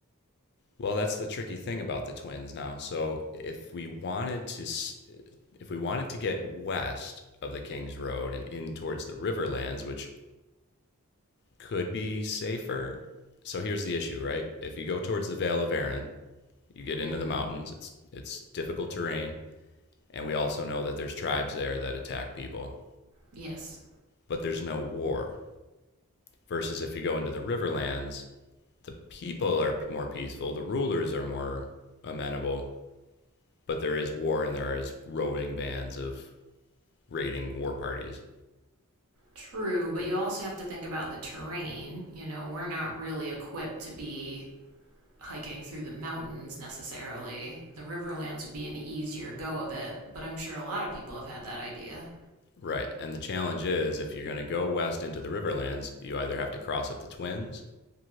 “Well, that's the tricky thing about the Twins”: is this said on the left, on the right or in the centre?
Left